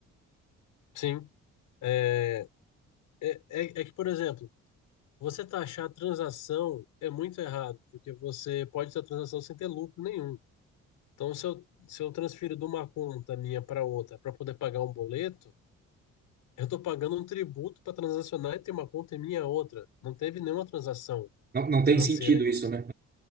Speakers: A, on the left (about 85°); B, on the right (about 35°).
A: sim. É, é, é, é que, por exemplo, você taxar a transação é muito errado, porque você pode ter a transação sem ter lucro nenhum. Então, se eu, se eu transfiro de uma conta minha para outra para poder pagar um boleto, eu estou pagando um tributo para transacionar e ter uma conta minha outra. Não teve nenhuma transação
B: Não, não
A: financeira
B: tem sentido
A: nisso.
B: isso, né?